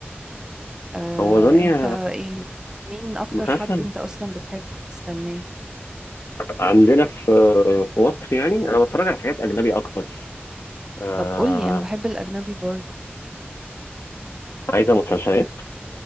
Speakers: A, on the right; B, on the left.
A: آه
B: هو دنيا
A: انت ايه مين اكتر
B: مسلسل
A: حد انت اصلا بتحبه بتستناه
B: عندنا في في مصر يعني انا بتفرج على حاجات اجنبي اكتر آه
A: طب قولي انا بحب الاجنبي برضو
B: عايزه مسلسلات